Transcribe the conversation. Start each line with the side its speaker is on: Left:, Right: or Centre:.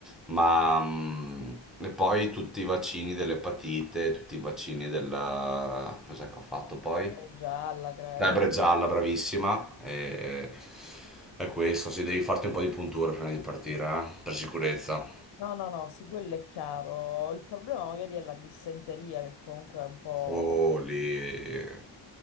Centre: Ma mm, e poi tutti i vaccini dell'epatite, tutti i vaccini della... Cos'è che ho fatto poi?
Left: Febbre gialla, credo.
Centre: Febbre gialla, bravissima. E, e questo, sì, devi farti un po' di punture prima di partire, eh, per sicurezza.
Left: No, no, no, sì, quello è chiaro. Il problema magari è la dissenteria che comunque è un po'
Centre: Oh, lì, eh,